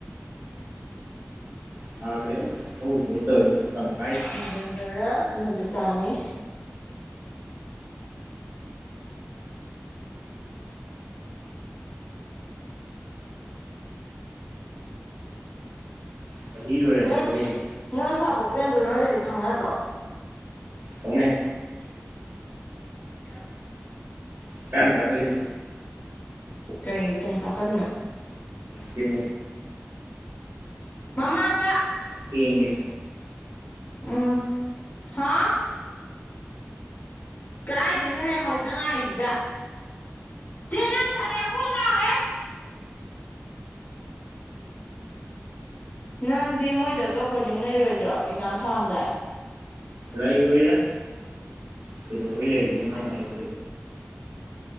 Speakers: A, on the right (about 85°); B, on the left (about 45°).
A: ꯊꯥ ꯒꯥꯁꯤ ꯑꯃꯇ ꯈꯪꯍꯧꯗ꯭ꯔ‌ꯦ ꯇꯧꯏ ꯍꯧꯖꯤꯛꯀꯥꯟꯁꯤ
B: ꯅꯕꯦꯝꯕꯔ ꯔ ꯃꯗꯨꯇꯥꯅꯤ
A: ꯆꯍꯤ ꯂꯣꯏꯔꯝꯗꯣꯔꯦꯅꯦ
B: ꯅꯣꯏ ꯅꯣꯏ ꯁꯥꯕꯣ ꯄꯦꯟꯗꯣ ꯅꯣꯏꯒꯗꯤ ꯈꯪꯅꯗ꯭ꯔꯣ
A: ꯈꯪꯅꯩ
B: <unintelligible>
A: ꯀꯌꯥꯝ ꯊꯥꯀꯂꯤꯗ
B: ꯀꯔꯤ ꯇꯨꯝ ꯇꯥꯈꯠꯂꯤꯅꯣ
A: ꯀꯤꯝ
B: ꯃꯃꯥꯡꯗ
A: ꯇꯦꯡꯉꯦ
B: ꯎꯝ ꯍꯥ ꯀꯥꯏꯗꯩꯅꯣ ꯍ‌ꯦ ꯍꯧꯗ ꯉꯥꯏꯔꯤꯗ ꯌꯥꯝ ꯐꯔꯣꯂꯑꯣꯦ ꯅꯪꯗꯤ ꯃꯣꯏꯗꯒ ꯕꯣꯔꯗꯤꯡ ꯂꯩꯔꯣꯏꯗ꯭ꯔꯣ ꯑꯦꯛꯖꯥꯝ ꯊꯥꯔꯝꯗꯥꯏ
A: ꯂꯩꯔꯣꯏꯗ ꯀꯩꯗꯧꯕ ꯂꯩꯗꯣꯏꯅ ꯃꯥ ꯉꯂ